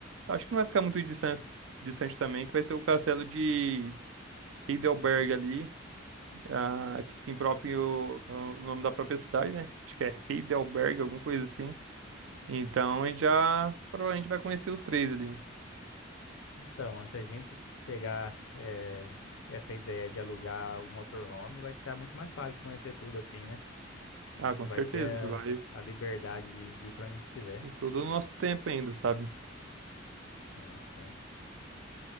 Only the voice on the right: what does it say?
Acho que não vai ficar muito distante, distante também, que vai ser o castelo de Heidelberg ali, ah, que fica em próprio, ah, o nome da própria cidade, né? Acho que é Heidelberg, alguma coisa assim. Então a gente já provavelmente vai conhecer os três ali.
Ah,
com
certeza,
vai.
E Todo o nosso tempo ainda, sabe?